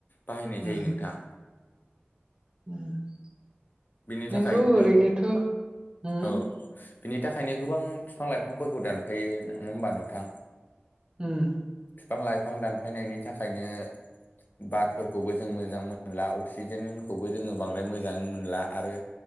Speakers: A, on the left (about 50°); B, on the right (about 20°).
A: बाहायनाय जायो
B: उम
A: नोंथां।
B: उम
A: बेनि थाखायनो
B: नोंगौ ओरैनोथ' उम
A: अ बिनि थाखायनो गोबां बिफां लाइफांफोरखौ दानफायो नङा होमबा नोंथां।
B: ओम
A: बिफां लाइफां दानफायनायनि थाखायनो बार फोरखौबो जीं मोजाङै मोनला अक्सिजेन फोरखौबो जों बांद्राय मोजांओय मोनला आरो